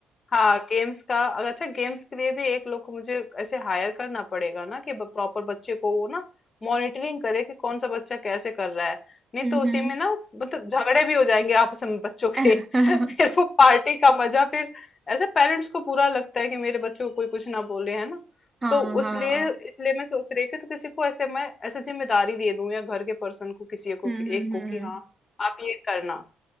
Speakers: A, on the left; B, on the right.
A: हाँ गेम्स का अगर- अच्छा गेम्स के लिए भी एक लोग को मुझे ऐसे हायर करना पड़ेगा ना कि प्रॉपर बच्चे को वो ना मॉनिटरिंग करे कि कौन सा बच्चा कैसे कर रहा है नहीं
B: हम्म
A: तो उसी में ना मतलब झगड़े भी हो जाएंगे आपस में बच्चों
B: हम्म।
A: के <laughs> फिर
B: <laughs>
A: वो पार्टी का मजा फिर ऐसे पेरेंट्स को बुरा लगता है कि मेरे बच्चे को कोई कुछ ना बोले है ना
B: हाँ
A: तो
B: हाँ
A: उसलिए इसलिए मैं सोच रही हूँ कि तो किसी को ऐसे मैं ऐसे जिम्मेदारी दे दूँ या घर के पर्सन को किसी को
B: हम्म
A: एक
B: हम्म
A: को
B: हम्म
A: कि हाँ आप ये करना